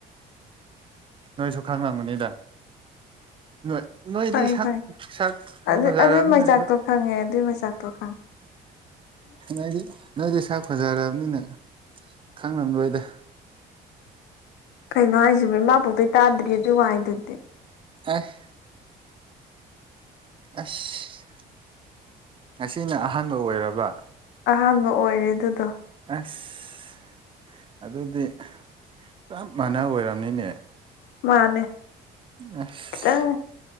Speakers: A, on the right; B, on the left.
A: ꯅꯣꯏꯁꯨ ꯈꯪꯂꯝꯒꯅꯤꯗ ꯅꯣꯏ ꯅꯣꯏꯗꯤ
B: ꯈꯪꯉꯤ
A: ꯁꯥꯛ
B: ꯈꯪꯉꯤ
A: ꯁꯥꯛ
B: ꯑꯗꯨ
A: ꯐꯖꯥꯔꯝꯅꯤꯗ
B: ꯑꯗꯨꯏ ꯃꯩꯆꯥꯛꯇꯣ
A: ꯅꯣꯏ
B: ꯈꯪꯉꯦ ꯑꯗꯨꯏ ꯃꯩꯆꯥꯛꯇꯣ ꯈꯪꯉꯦ
A: ꯅꯗꯤ ꯅꯣꯏꯗꯤ ꯁꯥꯛ ꯐꯖꯔꯕꯅꯤꯅ ꯈꯪꯅꯝ ꯔꫭꯏꯗ
B: ꯀꯩꯅꯣ ꯍꯥꯏꯁꯤꯕ ꯏꯃꯥ ꯄꯣꯛꯇꯩ ꯇꯥꯗ꯭ꯔꯤ ꯑꯗꯨ ꯋꯥꯍꯩꯗꯨꯗꯤ
A: ꯑꯥꯏ ꯍꯦ ꯑ꯭ꯁ ꯉꯁꯤꯅ ꯑꯍꯥꯟꯕ ꯑꯣꯏꯔꯕ
B: ꯑꯍꯥꯟꯕ ꯑꯣꯏꯔꯦ ꯑꯗꯨꯗꯣ
A: ꯑ꯭ꯁ ꯑꯗꯨꯗꯤ ꯆꯞ ꯃꯥꯅ ꯑꯣꯏꯝꯅꯤꯅꯦ
B: ꯃꯥꯅꯦ
A: ꯏ ꯑ꯭ꯁ
B: ꯈꯤꯇꯪ